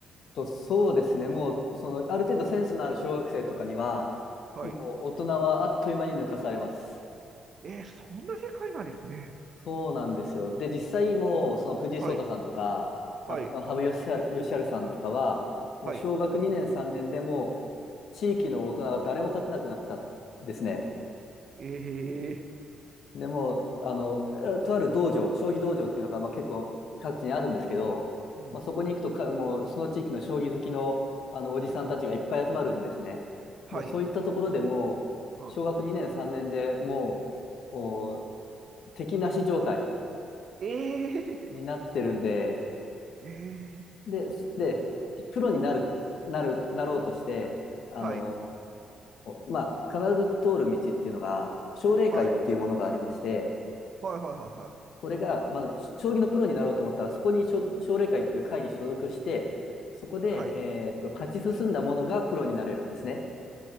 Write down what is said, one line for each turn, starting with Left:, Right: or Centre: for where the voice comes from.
Left: と、そうですね。もう、その、ある程度センスのある小学生とかには、
Right: はい。
Left: もう大人はあっという間に抜かされます。
Right: えー、そんな世界なんですね。
Left: そうなんですよ。で、実際もう、その藤井聡太さんとか、
Right: はい、はい、
Left: あとその羽生善治善治さんとかは、もう小学2年3年でもう、
Right: はい。
Left: 地域の大人が誰も勝てなくなったんですね。
Right: え
Left: でも、あの、とある道場、将棋道場っていうのが、まあ、結構各地にあるんですけど、
Right: ー、うん、
Left: まあ、そこに行くとか、もうその地域の将棋好きの、あのおじさんたちがいっぱい集まるんですね。
Right: うん、はい、
Left: もうそういったところでもう、
Right: は
Left: 小学2年、3年でもう、お敵なし状態
Right: い。え
Left: になってるんで、
Right: ー、えー、
Left: で、すで、プロになる、なる、なろうとして、あの
Right: はい、
Left: ーまあ、必ず通る道っていうのが、奨励会っていうものがありまして、
Right: はい、はい、はい、はい、
Left: これが、まあ、将棋のプロになろうと思ったら、そこに所属奨励会っていう会に所属して、そこで、
Right: はい。
Left: えーっと、勝ち進んだものがプロになれるんですね。